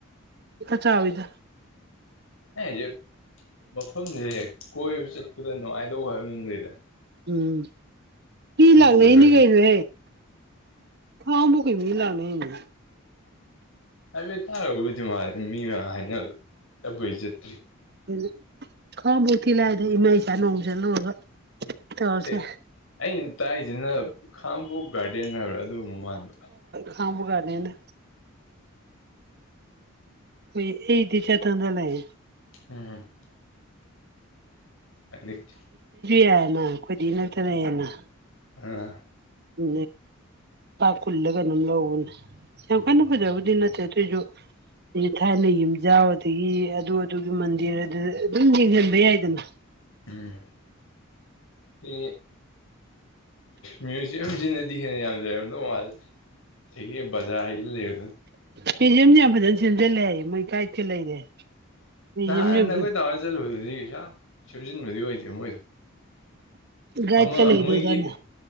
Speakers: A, on the right (about 50°); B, on the left (about 70°).
A: ꯈ ꯆꯥꯥꯎꯗ
B: ꯑꯦ ꯍꯧꯖꯤꯛ ꯃꯐꯝꯁꯦ ꯀꯣꯏꯕ ꯆꯠꯄꯗ ꯅꯨꯡꯉꯥꯏꯗꯧꯕ ꯍꯥꯏꯕꯗꯨ ꯂꯩꯗꯦ
A: ꯎꯝ ꯀ ꯂꯒꯗ
B: ꯑꯣꯏꯕ꯭ꯔꯥ
A: ꯏꯅꯤ
B: ꯍꯥꯏꯁꯦ
A: ꯀꯩꯅ ꯊꯥꯎ ꯣꯏ ꯃꯦꯂ ꯅꯅꯦ
B: ꯍꯥꯏꯐꯦꯠ ꯇꯥꯔꯕꯨꯗꯤ ꯃꯥ ꯃꯤ ꯃ ꯍꯥꯏ ꯆꯠꯄꯩ ꯆꯠꯇ꯭ꯔꯤ
A: ꯩꯅ ꯈꯥꯕꯣꯛ ꯊꯤ ꯂꯥꯏꯗ ꯏꯃꯥ ꯏꯆꯥ ꯅꯣꯡ ꯆꯠꯂꯨꯔꯒ ꯇꯧꯔꯁꯦ
B: ꯑꯦ ꯑꯩꯅ ꯇꯥꯏꯁꯤꯅ ꯈꯥꯉꯕꯣꯛ ꯒꯥꯔꯗꯦꯟ ꯍꯥꯏꯕ꯭ꯔꯥ ꯑꯗꯨꯒꯨꯝꯕ ꯃꯥꯟꯕ
A: ꯈꯥꯡꯕꯒꯥꯅꯤꯅ ꯍꯣꯏ ꯑꯩꯗꯤ ꯆ ꯊꯥꯟꯗ ꯂꯩ
B: ꯎꯝ ꯑꯅꯤ
A: ꯌꯥꯅ ꯑꯩꯈꯣꯏꯗꯤ ꯅꯛꯇꯅꯑꯦꯅ
B: ꯎꯝ
A: ꯎ ꯄ ꯀꯨꯜꯂꯒ ꯑꯗꯨꯝ ꯂꯧꯕꯅꯦ ꯌꯥꯝ ꯀꯟꯅ ꯐꯖꯕꯨꯗꯤ ꯅꯠꯇꯦ ꯑꯗꯨꯑꯣꯁꯨ ꯊꯥꯏꯅ ꯌꯨꯝꯖꯥꯎ ꯑꯗꯨꯗꯒꯤ ꯑꯗꯨ ꯑꯗꯨꯒꯤ ꯃꯟꯗꯤꯔ ꯑꯗꯨ ꯑꯗꯨꯝ ꯌꯦꯡꯁꯤꯟꯕ ꯌꯥꯏꯗꯅ
B: ꯎꯝ ꯍ ꯃ꯭ꯌꯨꯖꯤꯌꯝꯁꯤꯅꯗꯤ ꯍꯦꯟꯅ ꯌꯥꯝ ꯂꯩꯔꯕꯗꯧ ꯃꯥꯜꯂꯦ ꯍꯒꯦ ꯖꯥ ꯏꯜꯂꯤꯦ
A: ꯄꯦꯖꯤꯌꯝꯁꯤ ꯌꯥꯝ ꯐꯖꯅ ꯁꯦꯝꯖꯤꯜꯂꯦ ꯑꯩ ꯃꯩ ꯀꯥꯏꯇ ꯂꯩꯔꯦ ꯃ꯭ꯌꯨꯖꯤꯌꯝ
B: ꯅꯍꯥꯟ ꯅ ꯑꯩꯈꯣꯏ ꯇꯥꯔꯒ ꯆꯠꯂꯨꯕꯗꯨꯗꯤ ꯀꯩꯁꯨ ꯌꯥꯝ ꯁꯦꯝꯖꯤꯟꯕꯗꯤ ꯑꯣꯏꯗꯦ ꯃꯣꯏꯗꯣ
A: ꯒꯥꯏꯗꯀ
B: ꯑꯃ
A: ꯂꯩꯔꯦꯗꯅ
B: ꯃꯣꯏꯒꯤ